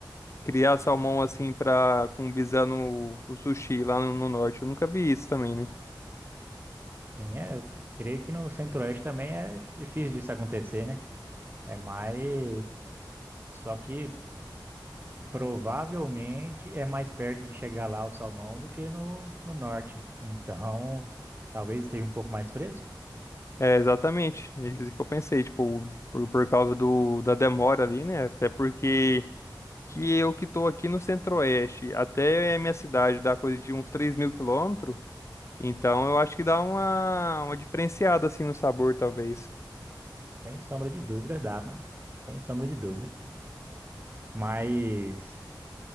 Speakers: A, on the left (about 35°); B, on the right (about 25°).
A: criar salmão assim para com visando o o sushi lá no, no norte? Eu nunca vi isso também, né?
B: quem é? Eu creio que no Centro-Oeste também é difícil disso acontecer, né? É mais. Só que provavelmente é mais perto de chegar lá o salmão do que no, no Norte. Então, talvez esteja um pouco mais fresco.
A: É, exatamente. É isso que eu pensei, tipo, por, por causa do, da demora ali, né? Até porque que eu que tô aqui no Centro-Oeste, até a minha cidade dá coisa de uns três mil quilômetros, então eu acho que dá uma, uma diferenciada, assim, no sabor, talvez.
B: Sem sombra de dúvida, dá, mano. Sem sombra de dúvida. Mas.